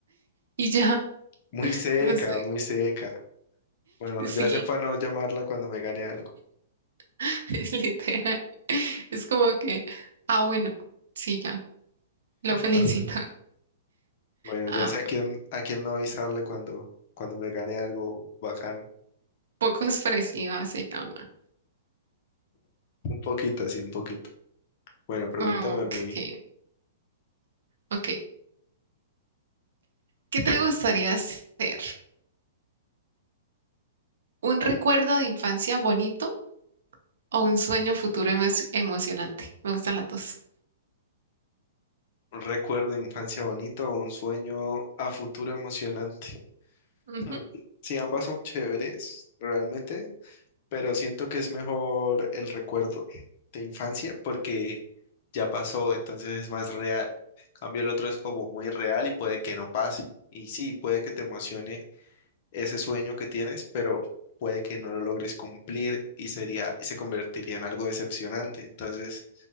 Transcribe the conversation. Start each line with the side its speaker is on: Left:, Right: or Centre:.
Right: Y ya,
Left: Muy seca,
Right: no sé,
Left: muy seca. Bueno,
Right: sí,
Left: ya sé para no llamarla cuando me gane algo.
Right: <laughs> es literal. Es como que, ah, bueno, sí, ya, lo felicito.
Left: <laughs> Bueno,
Right: Ah,
Left: ya sé a quién, a quién no avisarle cuando, cuando me gane algo bacano.
Right: poco expresiva se llama.
Left: Un poquito, así, un poquito. Bueno, pregúntame
Right: Ah,
Left: a
Right: ok,
Left: mí,
Right: ok. ¿Qué te gustaría ser? ¿Un recuerdo de infancia bonito o un sueño futuro emo- emocionante? Me gustan las dos.
Left: ¿un recuerdo de infancia bonito o un sueño a futuro emocionante?
Right: Ujú.
Left: Mm, Sí, ambas son chéveres, realmente, pero siento que es mejor el recuerdo de infancia porque ya pasó, entonces es más real. Cambio, el otro es como muy real y puede que no pase. Y sí, puede que te emocione ese sueño que tienes, pero puede que no lo logres cumplir y sería, y se convertiría en algo decepcionante. Entonces,